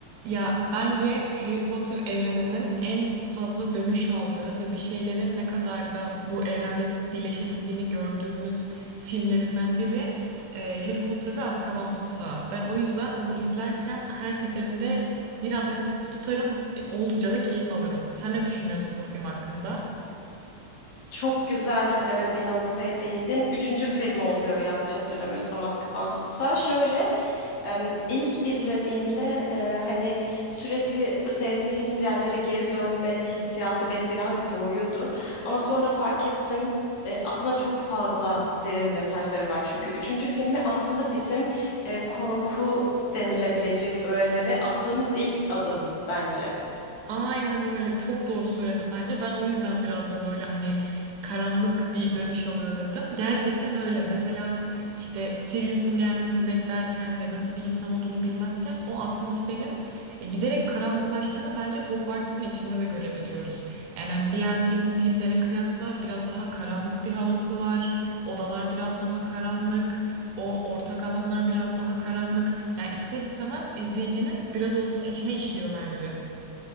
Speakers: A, on the right; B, on the left.
A: Ya bence Harry Potter evreninin en fazla dönüş aldığı ve bir şeylerin ne kadar da bu evrende ciddileşebildiğini gördüğümüz filmlerinden biri e, Harry Potter ve Azkaban Tutsağı. Ben o yüzden onu izlerken her seferinde biraz nefesimi tutarım, e, oldukça da keyif alırım. Sen ne düşünüyorsun bu film hakkında?
B: Çok güzel e, bir noktaya değindin. Üçüncü filmi oluyor yanlış hatırlamıyorsam Azkaban Tutsağı. Şöyle e, ilk izlediğimde e, hani sürekli seyrettiğimiz yerlere geri dönme hissiyatı beni biraz boğuyordu. Ama sonra fark ettim e, aslında çok fazla derin mesajları var. Çünkü üçüncü filmi aslında bizim e, korku denilebilecek öğelere attığımız ilk adım bence.
A: Aynen öyle. Çok doğru söyledim bence. Ben o yüzden biraz da böyle hani karanlık bir dönüş alıyor dedim. Gerçekten öyle. Mesela işte Sirius'un gelmesini beklerken ve nasıl bir insan olduğunu bilmezken o atmosferin e, giderek karanlıklaştığını bence Hogwarts'ın içinde de görebiliyoruz. Yani hani diğer film filmlere kıyasla biraz daha karanlık bir havası var. Odalar biraz daha karanlık. O ortak alanlar biraz daha karanlık. Yani ister istemez izleyicinin biraz olsun içine işliyor bence.